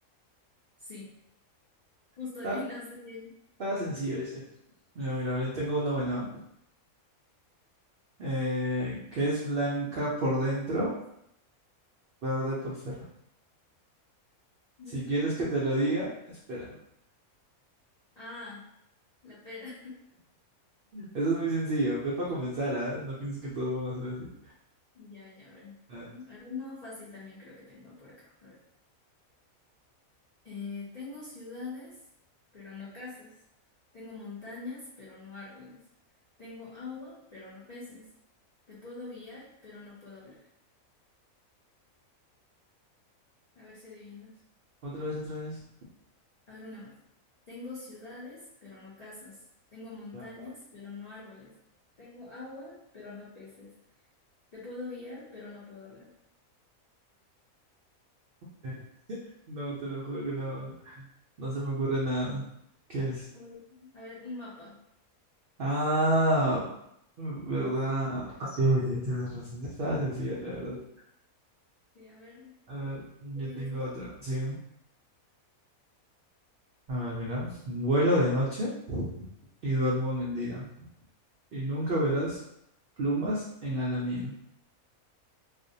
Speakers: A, on the left; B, on the right.
A: Sí, justo
B: Está,
A: adivinaste bien.
B: está sencillo ese. Mira, mira, yo tengo uno bueno. Eh, que es blanca por dentro, verde por fuera.
A: Blanca
B: Si quieres
A: por
B: que
A: dentro.
B: te lo diga, espera.
A: Ah, la pera. <laughs>
B: Eso es muy sencillo. Pues para comenzar, ¿ah? No pienses que todos van a ser así.
A: Ya, ya, a ver.
B: Ah,
A: A ver, no, fácil también creo que tengo por acá. A ver. Eh, tengo ciudades, pero no casas. Tengo montañas, pero no árboles. Tengo agua, pero no peces. Te puedo guiar, pero no puedo hablar. A ver si adivinas.
B: Otra vez, otra vez.
A: A ver una más. Tengo ciudades, pero no casas. Tengo montañas,
B: Ya.
A: pero no árboles. Tengo agua, pero no peces. Te puedo guiar, pero no puedo hablar.
B: Eh, No, te lo juro que no. No se me ocurre nada. ¿Qué es?
A: Uy, a ver, un mapa.
B: Ah, ¿verdad? Ah, Sí, sí, tienes razón. Estaba sencilla, la verdad.
A: Sí, a ver.
B: A ver, yo
A: ¿Tú tienes
B: tengo
A: otra?
B: otra. Sí. A ver, mira. Vuelo de noche y duermo en el día. Y nunca verás plumas en ala mía.